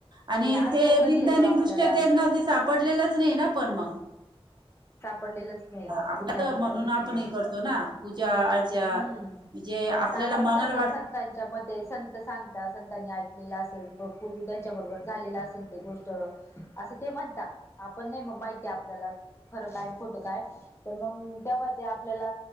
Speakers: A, on the right; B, on the left.
A: आणि
B: अनुभव
A: ते
B: कधी
A: विैज्ञानिकदृष्ट्या
B: येतो आपल्याला
A: त्यांना ते सापडलेलंच नाही ना पण मग
B: पडलेलंच नाही
A: आपलं
B: विज्ञानाच्या
A: म्हणून
B: दृष्टीन
A: आपण हे करतो ना पूजा अर्चा
B: हम्म
A: म्हणजे आपल्याला
B: आता आपण
A: मनाला
B: कस
A: वाट
B: संतांनच्या मग ते संत सांगता संतांनी ऐकलेला असेल पूर्वी त्यांच्याबरोबर झालेलं असेल ते गोष्ट असं ते म्हणतात आपण नाही माहितीय आपल्याला खरं काय खोटं काय तर मग. तेव्हा ते आपल्याला